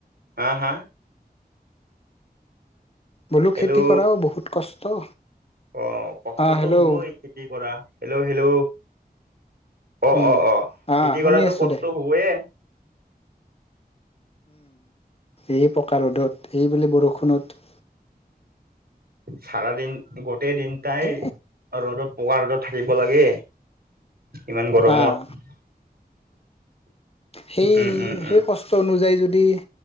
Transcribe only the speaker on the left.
বোলো
খেতি কৰাও বহুত কষ্ট।
অঁ হেল্ল'
উম
অঁ শুনি
আছোঁ
দে
এই পকা ৰ'দত এইবুলি বৰষুণত।
এ
অঁ সেই
সেই কষ্ট অনুযায়ী যদি